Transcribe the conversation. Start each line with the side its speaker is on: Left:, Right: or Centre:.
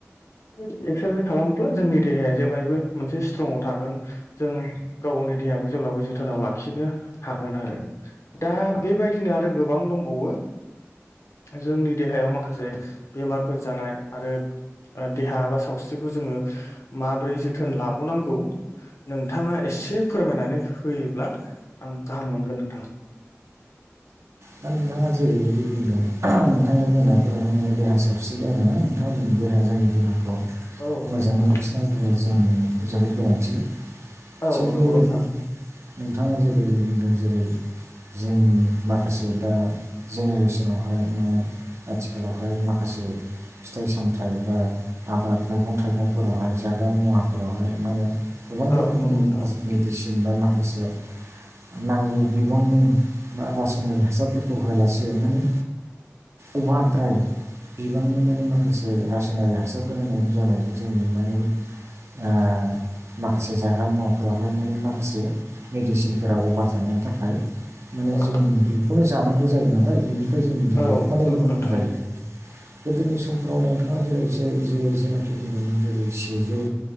Left: बेफोरबादि एक्सारसाइस खालामोब्ला जोंनि देहाया जेब्लायबो मोनसे स्ट्रंआव थागोन। जों गाव गावनि देहाखौ जेब्लाबो जोथोनाव लाखिनो हागोन आरो। दा बेबायदिनो आरो गोबां दंबावो। जोंनि देहायाव माखा खासे बेमारफोर जानाय आरो ओ देहा बा सावस्रिखौ जोङो माबोरै जोथोन लाबावनांगौ नोंथाङा एसे फोरमायनानै होयोब्ला आं गाहाम मोनगोन नोंथां।
Right: दा नोंथाङा जेरैबायदि बुंदों नोंथांनि बुंनायफोरावहाय माने देहा सावस्रि आरोना नोंथाङा बुं देह जोंनि देहाखौ
Left: औ
Right: मोजाङै
Left: नोंथां।
Right: लाखिनाय ज जोंनि जोबोद गोनांथि
Left: औ
Right: थिग
Left: नंगौ
Right: बेबायदिनो
Left: नोंथां
Right: नोंथाङा जेबायदि बुंदों जेरै जोंनि माखासे माखासे दा जेनेरेसनावहाय माने आथिखालावहाय माखासे फिथाइ सामथाइ बा आबाद मैगं थाइगंफोरावहाय जाग्रा मुवाफोरावहाय माने गोबां
Left: औ
Right: रखोमनि
Left: नंगौ नोंथां।
Right: मेडिसिन बा माखासे नांगौ बिबांनि ना बा नि हासारफोरखौ होआलासे माने अभारद्राइ बिबांनि माने माखासे रासायनारि हासारफोर होनायनि जाउनावबो जों माने ओ माखासे जाग्रा मुवाफोरावहाय माने माखासे मेडिसिनफोरा अभार जानायनि थाखाय माने
Left: औ
Right: जों बिखौनो जानांगौ जायो नालाय बिनिफ्राय जोंनि देहायाव
Left: औ
Right: माने
Left: नंगौ
Right: लोरबां
Left: नोंथां
Right: जायो आरो। गोदोनि समफोराव नोंथाङा जेरै ज जे जेनाखि बुंदोंमोन जेरै सेजौ